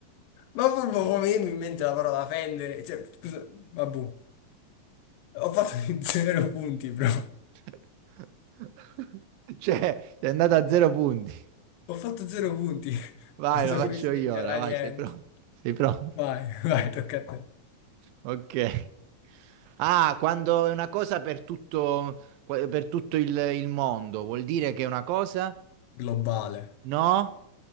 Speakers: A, on the left (about 85°); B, on the right (about 85°).
A: Ma proprio come mi in mente la parola fendere, cioè, scusa, vabbè, ho fatto <laughs> zero punti, bro.
B: <laughs> Cioè, è andata a zero punti.
A: Ho fatto zero punti,
B: Vai,
A: non sono
B: lo faccio
A: riuscito
B: io
A: a ingarrare
B: ora, vai,
A: niente.
B: sei pronto? Sei pronto?
A: Vai, <laughs> vai, tocca a te.
B: Ok. Ah, quando è una cosa per tutto, per tutto il, il mondo, vuol dire che è una cosa?
A: Globale,
B: No?